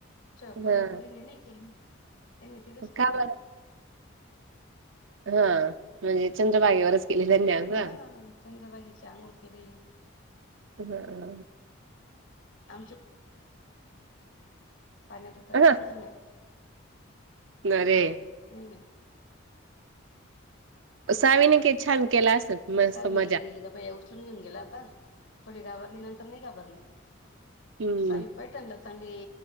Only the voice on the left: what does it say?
च
पनीपुरीने नाही केली त्यांनी तिथच
केली
हा चंद्रबागीची आंघोळ केली.
<unintelligible> अ पण्यात उतरायंच
नाही
मणे.
सावीला
बाया उचलून घेऊन गेला आता थोडी घाबरली नंतर नाही घाबरली.
सवी पयटन सांगि